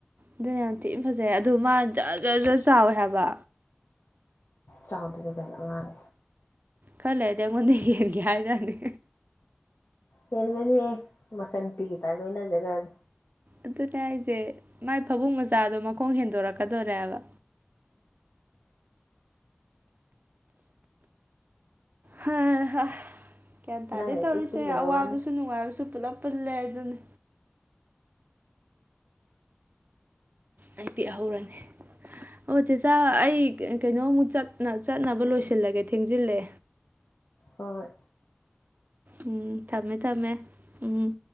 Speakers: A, on the right; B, on the left.
A: ꯑꯗꯨꯅ ꯌꯥꯝ ꯊꯤ ꯐꯖꯩ ꯑꯗꯨ ꯃꯥ ꯖꯔ ꯖꯔ ꯖꯔ ꯆꯥꯎꯋꯦ ꯍꯥꯏꯕ
B: ꯆꯥꯎꯗꯗꯤ ꯀꯩꯅꯣ ꯑꯉꯥꯡ
A: ꯈꯔ ꯂꯩꯔꯗꯤ ꯑꯩꯉꯣꯟꯗꯩ ꯍꯦꯟꯒꯦ ꯍꯥꯏꯔꯅꯤ
B: ꯍꯦꯟꯒꯔꯅꯤꯍꯦ ꯃꯆꯟ ꯅꯨꯨꯄꯤꯒꯤ ꯇꯥꯏꯞ ꯂꯣꯏꯅꯖꯒ꯭ꯔꯟ
A: ꯑꯗꯨꯅꯦ ꯍꯥꯏꯖꯦ ꯃꯥꯏ ꯐꯃꯨꯡ ꯃꯆꯥꯗꯣ ꯃꯈꯣꯡ ꯍꯦꯟꯗꯣꯔꯛꯀꯗꯣꯔꯦꯕ ꯍ ꯍꯥ ꯒ꯭ꯌꯥꯟ ꯇꯥꯗꯦ
B: ꯅꯪꯅ
A: ꯇꯧꯔꯤꯁꯦ
B: ꯏꯄꯤꯛ ꯄꯤꯛ ꯂꯩꯍꯧꯔꯅꯤ
A: ꯑꯋꯥꯕꯁꯨ ꯅꯨꯡꯉꯥꯏꯕꯁꯨ ꯄꯨꯂꯞ ꯄꯨꯜꯂꯦ ꯑꯗꯨꯅꯤ ꯑꯩ ꯄꯤꯛꯍꯧꯔꯅ‌ꯦ ꯑꯣ ꯆꯦꯆꯥ ꯑꯩ ꯀ ꯀꯩꯅꯣꯃꯨꯛ ꯆꯠꯅ ꯆꯠꯅꯕ ꯂꯣꯏꯁꯤꯜꯂꯒꯦ ꯊꯦꯡꯖꯤꯜꯂꯦ
B: ꯍ‌ꯣꯍꯣꯏ
A: ꯎꯝ ꯊꯝꯃꯦ ꯊꯝꯃꯦ ꯎꯝ